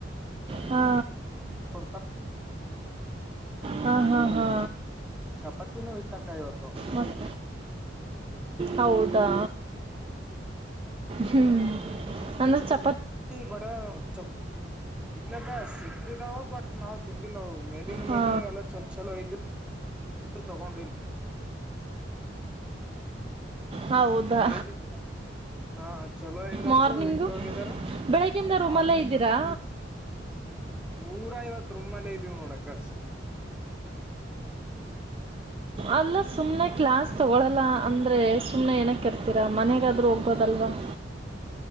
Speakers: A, on the right; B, in the centre.
A: ಹಾ
B: ಹಡತ
A: ಹಾ ಹಾ ಹಾ
B: ಚಪಾತಿನ್ನು ವಿತ್ತ ಕೋತ
A: ಮತ್ ಹೌದಾ ಹ್ಮ ಅಂದ್ರೆ ಚ
B: ಬ ಚ ಇಲ್ಲಕ್ಕ ಸಿಕ್ಕಿದಾವ ಬಟ್ ನಾವ್ ತಿಂದಿಲ್ಲವು ಮೇಲಿನ
A: ಹಾ
B: ಮೇಲಿನ ಎಲ್ಲ ಚಲ ಚಲೋ ಇದ್ದ ತಗೊಂಡ
A: ಹೌದಾ
B: ಮೇಲಿ ಹಾ ಚಲೋ ಇಲ್ಲಾರ್ದು
A: ಮಾರ್ನಿಂಗು
B: ಇಟ್ಟು ಹೋಗಿದಾರ
A: ಬೆಳ್ಳಿಗೆ ಇಂದ ರೂಮಲ್ಲೆ
B: ಮಾಡ್
A: ಇದ್ದೀರಾ
B: ಪೂರಾ ಇವತ್ತು ರುಮ್ನಲ್ಲೆ ಇದೀವ್ ನೋಡಕ್ಕ ಸುಮ್
A: ಅಲ್ಲ ಸುಮ್ನೆ ಕ್ಲಾಸ್ ತಗೊಳಲ್ಲ ಅಂದ್ರೆ ಸುಮ್ನೆ ಏನಕ್ ಇರ್ತೀರಾ ಮನೆಗಾದ್ರೂ ಹೋಗ್ಬೋದಲ್ಲ ಲ